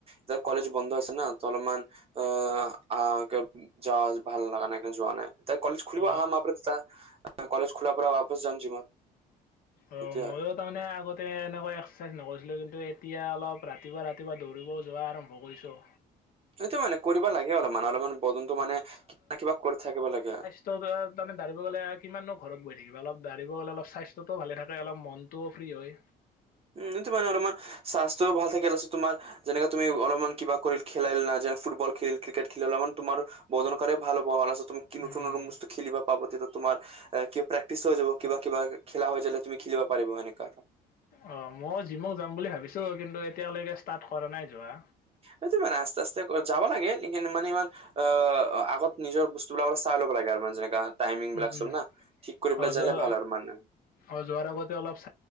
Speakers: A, on the right (about 35°); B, on the left (about 60°).
A: যে, কলেজ বন্ধ আছে না, ত, অলপমান অ, আহ যোৱা ভাল লগা নাই, কাৰণে যোৱা নাই। তাই, কলেজ খুলিব
B: অ
A: <inaudible> কলেজ খোলাৰ পৰা বপচ যাম জিমত।
B: অ,
A: সেইটোৱে
B: সময়ত
A: আৰু
B: তাৰমানে আগতে এনেকুৱা এক্সাৰচাইজ নকৰিছিলোঁ, কিন্তু এতিয়া অলপ ৰাতিপুৱা, ৰাতিপুৱা দৌৰিব যোৱা আৰম্ভ কৰিছোঁ।
A: সেইটো মানে কৰিব লাগে অলপ মান, অলপমান, বদন্তো মানে কিবা-কিবা কৰি থাকিব লাগে।
B: ত <unintelligible> গ'লে কিমাননো ঘৰত বহি থাকিবা, অলপ দৌৰিব গ'লে অলপ স্বাস্থ্যটোও ভালে থাকে, অলপ মনটোও ফ্ৰী হয়।
A: উম, সেইটো মানে অলপমান স্বাস্থ্যও ভাল থাকিল যেনেকে তুমি অলপমান কিবা কৰি খেলাই ল'লা, যেন ফুটবল খেলিল, ক্ৰিকেট খেলিলা, অলপমান তোমাৰ বদন কৰি ভাল হ'ব, <inaudible> কি
B: উম
A: নতুন
B: উম
A: বস্তু খেলিব। <inaudible> তোমাৰ প্ৰে্টিছ হৈ যাব। কিবা, কিবা, খেলা হৈ যালে তুমি খেলিবা পাৰিব এনেকুৱা।
B: অ, মই জিমত, যাম বুলি ভাবিছো, কিন্তু এতিয়ালৈকে ষ্টাৰ্ট কৰা নাই যোৱা।
A: এইটো মে আস্তে, আস্তে, যাবা লাগে, এইকিনে মান ইমান অ, আগত নিজৰ বস্তুবিলাক আত, চাই, ল'ব লাগে আৰু মানে যেনেকা টাইমিংবিলাক
B: উম
A: চব
B: উম
A: না ঠিক কৰিব
B: অ
A: যাইলে
B: যোৱা
A: ভাল আৰু মানে।
B: অ' যোৱাৰ আগতে অলপ